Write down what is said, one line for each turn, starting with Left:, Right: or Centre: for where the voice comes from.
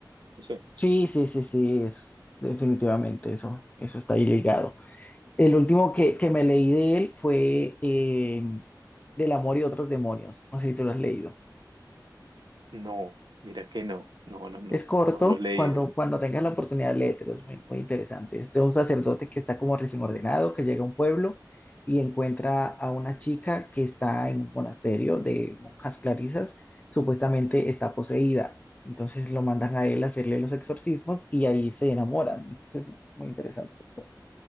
Right: No sé,
Left: Sí, sí, sí, sí. es- definitivamente eso. Eso está ahí ligado. El último que, que me leí de él fue eh, Del amor y otros demonios. No sé si tú lo has leído.
Right: no, mira que no, no, no, no,
Left: Es corto,
Right: no lo he leído.
Left: cuando, cuando tengas la oportunidad, léetelo, es muy, muy interesante. Es de un sacerdote que está como recién ordenado, que llega a un pueblo y encuentra a una chica que está en un monasterio de monjas clarisas, supuestamente está poseída. Entonces lo mandan a él a hacerle los exorcismos y ahí se enamoran. Entonces, no, muy interesante esto.